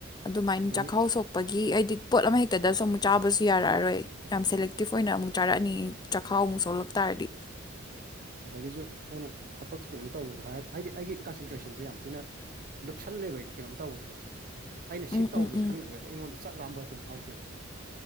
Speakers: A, on the left; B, on the right.
A: ꯑꯗꯨꯃꯥꯏꯟ
B: ꯑꯗꯒꯤ
A: ꯆꯛꯈꯥꯎ ꯁꯣꯛꯄꯒꯤ ꯑꯩꯗꯤ ꯄꯣꯠ ꯑꯃꯍꯦꯛꯇꯗ ꯁꯨꯝ ꯆꯥꯕꯁꯨ ꯌꯥꯔꯛꯑꯔꯣꯏ ꯌꯥꯝ ꯁꯦꯂꯦꯛꯇꯤꯞ ꯑꯣꯏꯅ ꯑꯃꯨꯛ ꯆꯥꯔꯛꯑꯅꯤ ꯆꯛꯈꯥꯎ ꯑꯃꯨꯛ ꯁꯣꯛꯂꯛ ꯇꯥꯔꯗꯤ
B: ꯑꯣ ꯑꯗꯒꯤꯁꯨ ꯑꯩꯅ ꯊꯕꯛꯁꯦ ꯀꯩꯅꯣꯝ ꯇꯧꯕꯗꯣ ꯍꯥꯏꯔ ꯍꯥꯏꯗꯤ ꯑꯩꯒꯤ ꯀꯟꯁꯟꯇ꯭ꯔꯦꯁꯟꯖꯦ ꯌꯥꯝ ꯊꯤꯅ ꯂꯨꯞꯁꯜꯂꯦꯕ ꯑꯩꯗꯤ ꯀꯩꯅꯣꯝ ꯇꯧꯕꯖꯤꯗ ꯑꯩꯅ ꯁꯤ
A: ꯎꯝ
B: ꯇꯧꯒꯦ
A: ꯎꯝ ꯎꯝ
B: ꯈꯟꯒ꯭ꯔꯒꯗꯤ ꯑꯩꯉꯣꯟꯗ ꯆꯥꯛ ꯂꯥꯝꯕ ꯀꯩꯝ ꯐꯥꯎꯗꯦꯕ